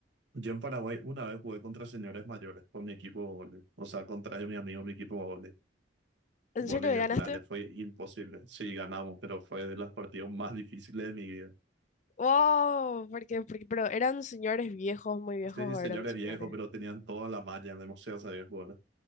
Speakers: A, on the right; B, on the left.
A: Yo en Paraguay una vez jugué contra señores mayores con mi equipo de vóley. O sea, contra mi amigo, mi equipo de vóley.
B: ¿En
A: Vóley
B: serio
A: de
B: ganaste?
A: playa. Fue imposible. Sí, ganamos, pero fue de las partidas más difíciles de mi vida.
B: ¡Wow! Porque, porque, pero eran señores viejos, muy viejos,
A: Sí, señores
B: o eran señores.
A: viejos, pero tenían toda la malla, demasiado sabían jugar.